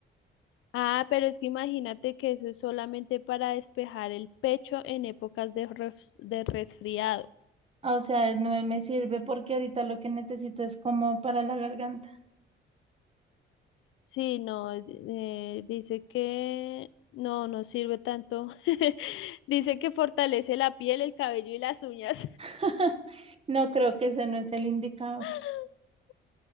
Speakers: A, on the left; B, on the right.
A: Ah, pero es que imagínate que eso es solamente para despejar el pecho en épocas de, ref- de resfriado.
B: O sea, no me sirve porque ahorita lo que necesito es como para la garganta.
A: Sí, no, eh, eh, dice que no, no sirve tanto. <laughs> Dice que fortalece la piel, el cabello y las uñas.
B: <laughs> No creo que ese no es el indicado.
A: <laughs>